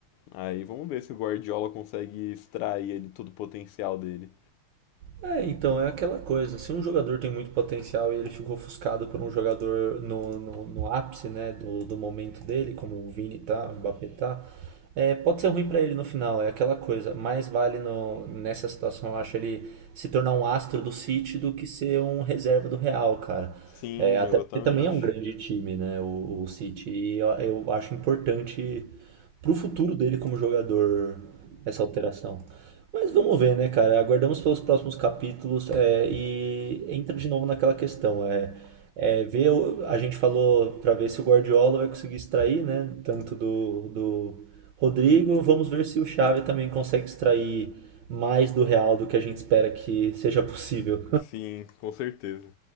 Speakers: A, on the left; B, on the right.
A: Aí vamos ver se o Guardiola consegue extrair ali todo o potencial dele.
B: É, então é aquela coisa. Se um jogador tem muito potencial e ele ficou ofuscado por um jogador no, no, no ápice, né, do, do momento dele, como o Vini tá, o Mbappé tá, é, pode ser ruim pra ele no final. É aquela coisa. Mais vale no, nessa situação, eu acho, ele se tornar um astro do City do que ser um reserva do Real, cara.
A: Sim,
B: É, até
A: exatamente.
B: porque também é um grande time, né, o, o City. E eu, eu acho importante pro futuro dele como jogador essa alteração. Mas vamos ver, né, cara? Aguardamos pelos próximos capítulos é, e entra de novo naquela questão. É, é, ver, o- a gente falou para ver se o Guardiola vai conseguir extrair, né? Tanto do, do Rodrigo. Vamos ver se o Xavi também consegue extrair mais do Real do que a gente espera que seja possível.
A: Sim, com certeza.